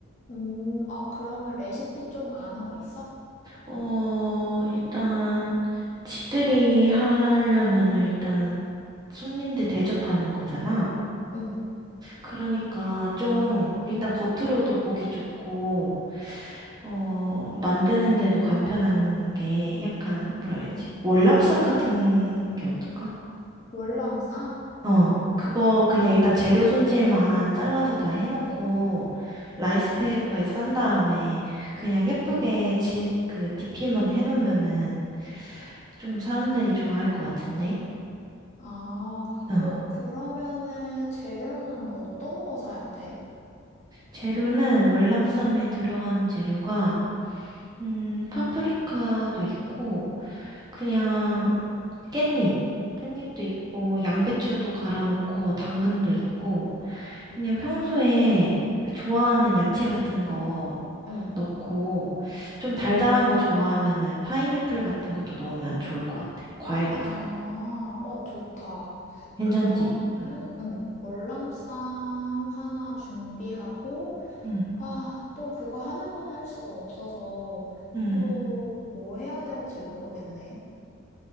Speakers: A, on the left; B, on the right.
A: 음, 어, 그러면 레시피 좀 아는 거 있어?
B: 어, 일단 집들이 하려면은 일단 손님들 대접하는 거잖아.
A: 응,
B: 그러니까 좀 일단 겉으로도 보기 좋고 어, 만드는데도 간편한 게 약간 뭐라 해야지? 월남쌈 같은 게 어떨까?
A: 월남쌈?
B: 어, 그거 그냥 일단 재료 손질만 잘라서 다 해놓고 라이스페이퍼에 싼 다음에 그냥 예쁘게 지, 그 디피만 해놓으면은 좀 사람들이 좋아할 것 같은데?
A: 아,
B: 어,
A: 어, 그러면은 재료는 어떤 거 사야 돼?
B: 재료는 월남쌈에 들어가는 재료가 음, 파프리카도 있고 그냥 깻잎, 깻잎도 있고 양배추도 갈아 넣고 당근도 있고 그냥 평소에 그 좋아하는 야채 같은 거
A: 응.
B: 넣고 좀 달달한 거 좋아하면은 파인애플 같은 것도 넣으면 좋을 것 같아. 과일 같은
A: 아,
B: 거.
A: 어, 좋다.
B: 괜찮지?
A: 그러면은,
B: 응.
A: 응, 월남쌈 하나 준비하고,
B: 응.
A: 아, 또 그거 하나만 할 수가 없어서,
B: 응.
A: 또 뭐 해야 될지 모르겠네.